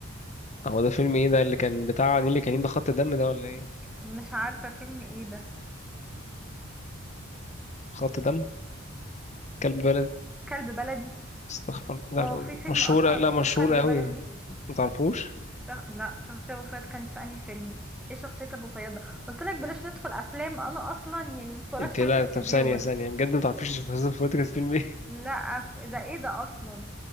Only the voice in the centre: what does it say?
مش عارفة فيلم ايه ده
كلب بلدي
هو في فيلم
اصلا
اسمه كلب
بلدي
شخ... لا شخصية ابو فؤاد كانت في انهي فيلم ايه شخصية ابو فؤاد ده قلت لك بلاش ندخل افلام انا اصلا يعني متفرجش
على التلفزيون
لا ف... ده ايه ده اصلا